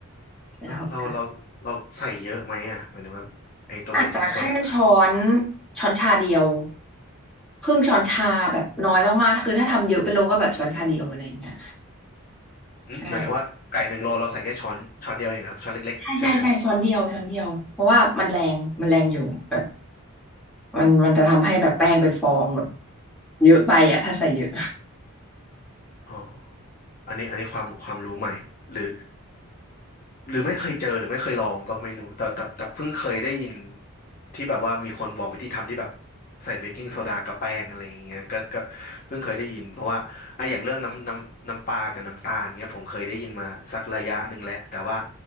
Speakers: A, in the centre; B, on the left (about 40°).
A: ใส่พร้อมกัน
B: เราเราเราเราใส่เยอะไหมอ่ะหมายถึงว่าไอตัวเบกกิ้งโซดา
A: อาจจะแค่ช้อนช้อนชาเดียวครึ่งช้อนชาแบบน้อยมากๆคือถ้าทำเยอะเป็นโลก็แบบช้อนชาเดียวอะไรอย่างเงี้ย
B: อืมหมายถึงว่าไก่หนึ่งโลเราใส่แค่ช้อนช้อนเดียวเองครับช้อนเล็กๆใช่ไหมฮะ
A: ใช่ ใช่ใช่ใช่ช้อนเดียวช้อนเดียวเพราะว่ามันแรงมันแรงอยู่แบบมันมันจะทำให้แบบแป้งเป็นฟองแบบ
B: โอ้
A: เยอะไปอ่ะถ้าใส่เยอะ
B: อ๋ออันนี้อันนี้ความความรู้ใหม่หรือหรือไม่เคยเจอหรือไม่เคยลองก็ไม่รู้แต่แต่แต่เพิ่งเคยได้ยินที่แบบว่ามีคนบอกวิธีทำที่แบบใส่เบกกิ้งโซดากับแป้งอะไรอย่างเงี้ยก็ก็เพิ่งเคยได้ยินเพราะว่าไอ้อย่างเรื่องน้ำน้ำน้ำปลากับน้ำตาลเงี้ยผมเคยได้ยินมาสักระยะหนึ่งแล้วแต่ว่า